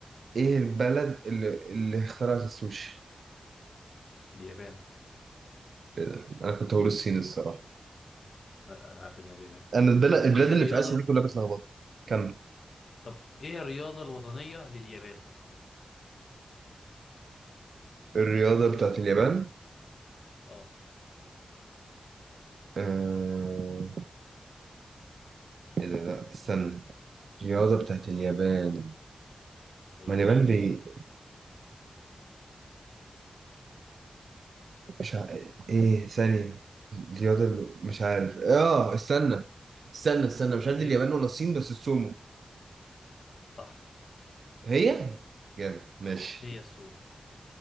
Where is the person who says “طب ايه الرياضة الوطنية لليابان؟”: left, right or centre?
Left